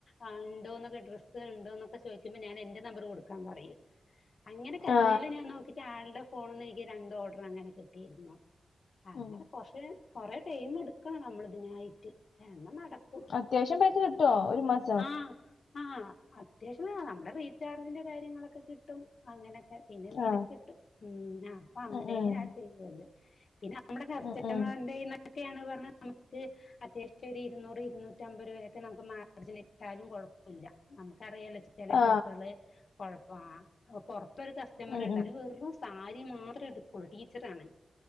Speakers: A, on the left; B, on the left.
A: ആഹ് ഉണ്ടോക്കെ ഡ്രസ്സ് ഉണ്ടോന്നൊക്കെ ചോദിക്കുമ്പോൾ ഞാന് എന്റെ നമ്പർ കൊടുക്കാൻ പറയും. അങ്ങനെ കഴിഞ്ഞ
B: ആ
A: കൊല്ലം ഞാ നോക്കിട്ട് ആളുടെ ഫോണിൽന്ന് എനിക്ക് രണ്ട് ഓർഡർ അങ്ങനെ കിട്ടിയിരുന്നു അ- അങ്ങനെ
B: ഉം
A: കൊറേ കൊറെ ടൈം എടുക്കണം നമ്മള് ഇതിനായിട്ട് എന്ന നടക്ക-
B: അത്യാവശ്യം പൈസ കിട്ടോ ഒരു മാസ-
A: ആഹ് ആഹ് അത്യാവശ്യം നമ്മുടെ റീചാർജിന്റെ കാര്യങ്ങളൊക്കെ കിട്ടും അങ്ങനൊക്കെ പിന്നെ എന്തേലൊക്കെ
B: ആ
A: കിട്ടും ഉം അപ്പൊ അങ്ങനേയ
B: ഉം ഉം
A: ചെയ്യത് പിന്നെ- നമ്മുടെ കസ്റ്റമറോക്കെയാണ്
B: ഉം ഉം
A: പറഞ്ഞ നമുക്ക് അത്യാവശ്യം ഒരു ഇരുന്നൂറ് ഇരുന്നൂറ്റമ്പത് രൂപെ വരെ നമുക്ക് മാർജനിട്ടാലും കുഴപ്പില്ല നമുക്കറിയാല്ലോ ചില
B: ആ
A: ഡ്രസ്സുകള് കൊഴപ്പ പൊറത്തോരു കസ്റ്റമർണ്ട്
B: ഉം ഉം
A: അത് വെറും സാരി മാത്രേ എടുകൊള്ളു ടീച്ചർ ആാണ്